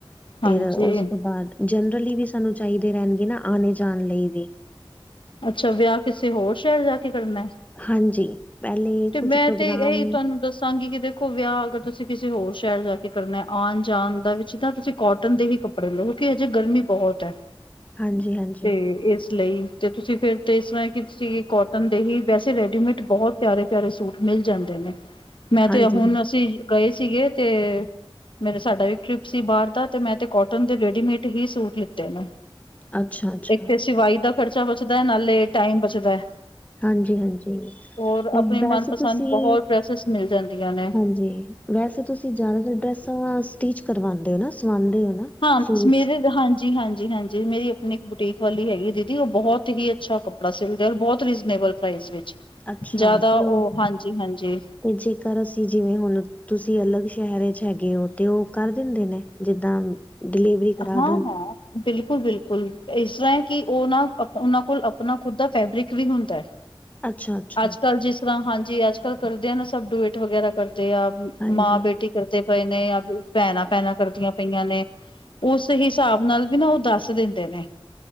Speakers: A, on the left; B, on the left.
A: ਹਾਂਜੀ
B: ਫਿਰ ਉਸ ਤੋਂ ਬਾਅਦ ਜਨਰਲੀ ਵੀ ਸਾਨੂੰ ਚਾਹੀਦੇ ਰਹਿਣਗੇ ਨਾ ਆਣੇ ਜਾਣ ਲਈ ਵੀ
A: ਅੱਛਾ ਵਿਆਹ ਕਿਸੇ ਹੋਰ ਸ਼ਹਿਰ ਜਾ ਕੇ ਕਰਨਾ
B: ਹਾਂਜੀ ਪਹਿਲੇ
A: ਤੇ
B: ਕੁਛ
A: ਮੈਂ
B: ਪ੍ਰੋਗਰਾਮ
A: ਤੇ ਇਹੀ ਤੁਹਾਨੂੰ ਦੱਸਾਂਗੀ ਕਿਤੇ ਖੋ ਵਿਆਹ ਅਗਰ ਤੁਸੀਂ ਕਿਸੇ ਹੋਰ ਸ਼ਹਿਰ ਜਾ ਕੇ ਕਰਨਾ ਆਉਣ ਜਾਣ ਦਾ ਵਿੱਚ ਤਾਂ ਤੁਸੀਂ ਕੋਟ ਕਟਨ ਦੇ ਹੀ ਕੱਪੜੇ ਲਉ ਕਿ ਅਜੇ ਗਰਮੀ ਬਹੁਤ ਹੈ
B: ਹਾਂਜੀ ਹਾਂਜੀ
A: ਤੇ ਇਸ ਲਈ ਤੇ ਤੁਸੀਂ ਫੇਰ ਤੇ ਇਸ ਤਰ ਕੀ ਤੁਸੀਂ ਕੋਟ ਦੇ ਹੀ ਵੈਸੇ ਰੈਡੀਮੇਡ ਬਹੁਤ ਪਿਆਰੇ-ਪਿਆਰੇ ਸੂਟ ਮਿਲ ਜਾਂਦੇ ਨੇ ਮੈਂ
B: ਹਾਂਜੀ
A: ਤੇ ਹੁਣ ਅਸੀਂ ਗਏ ਸੀਗੇ ਤੇ ਮੇਰੇ ਸਾਡਾ ਵੀ ਕ੍ਰਿਪ ਸੀ ਬਾਹਰ ਦਾ ਤੇ ਮੈਂ ਤੇ ਕੋਟਨ ਦੇ ਰੇਡੀਮੇਡ ਹੀ ਸੂਟ ਲਿਤੇ ਨੇ
B: ਅੱਛਾ ਅੱਛਾ
A: ਇੱਕਥੇ ਸਿਵਾਈ ਦਾ ਖ਼ਰਚਾ ਬਚਦਾ ਹੈ ਨਾਲੇ ਟਾਈਮ ਬਚਦਾ ਹੈ
B: ਹਾਂਜੀ-ਹਾਂਜੀ
A: ਔਰ ਆਪਣੇ ਮਨਪਸੰਦ
B: ਬਸ ਤੁਸੀਂ
A: ਬਹੁਤ ਡਰੈਸਿਸ ਮਿਲ ਜਾਂਦੀਆਂ ਨੇ।
B: ਹਾਂਜੀ ਵੈਸੇ ਤੁਸੀਂ ਜ਼ਿਆਦਾਤਰ ਡਰੈਸਾਂ ਸਟਿਚ ਕਰਵਾਉਂਦੇ ਹੋ ਨਾ ਸਵਾਉਂਦੇ ਹੋ ਨਾ
A: ਹਾਂਜੀ
B: ਸੂਟਸ
A: ਮੇਰੇ ਹਾਂਜੀ ਜੀ ਹਾਂਜੀ-ਹਾਂਜੀ ਮੇਰੀ ਆਪਣੀ ਇੱਕ ਬੁਟੀਕ ਵਾਲੀ ਹੈਗੀ ਦੀਦੀ ਉਹ ਬਹੁਤ ਹੀ ਅੱਛਾ ਕੱਪੜਾ ਸਿਲਦੇ ਔਰ ਬਹੁਤ ਰੀਜ਼ਨੇਬਲ ਢਾਇਸੋ ਵਿੱਚ
B: ਅੱਛਾ
A: ਜ਼ਿਆਦਾ
B: ਤੇ
A: ਉਹ ਹਾਂਜੀ-ਹਾਂਜੀ
B: ਤੇ ਜੇਕਰ ਅਸੀਂ ਜਿਵੇਂ ਹੁਣ ਤੁਸੀਂ ਅਲੱਗ ਸ਼ਹਿਰ ਚ ਹੈਗੇ ਹੋ ਤੇ ਉਹ ਕਰ ਦਿੰਦੇ ਨੇ ਜਿੱਦਾਂ ਡਿਲੀਵਰੀ ਕਰਾ
A: ਹਾਂ-ਹਾਂ
B: ਦੇਣ
A: ਬਿਲਕੁਲ ਬਿਲਕੁਲ ਇਸ ਤਰ੍ਹਾਂ ਹੈ ਕਿ ਉਹ ਨਾ ਉਹਨਾਂ ਕੋਲ ਆਪਣਾ ਖੁਦ ਦਾ ਫੈਬਰਿਕ ਵੀ ਹੁੰਦਾ ਹੈ
B: ਅੱਛਾ ਅੱਛਾ
A: ਅੱਜ ਕੱਲ ਜਿਸ ਤਰ੍ਹਾਂ ਹਾਂਜੀ ਅੱਜ ਕੱਲ੍ਹ ਕਰਦੇ ਆ ਨਾ ਸਭ ਡੁਬੇਟ ਵਗੈਰਾ ਕਰਦੇ ਆ
B: ਹਾਂਜੀ
A: ਮਾਂ ਬੇਟੀ ਕਰਦੇ ਪਏ ਨੇ ਭੈਣਾਂ-ਭੈਣਾਂ ਕਰਦੀਆਂ ਪਈਆਂ ਨੇ ਉਸ ਹਿਸਾਬ ਨਾਲ ਵੀ ਨਾ ਉਹ ਦੱਸ ਦਿੰਦੇ ਨੇ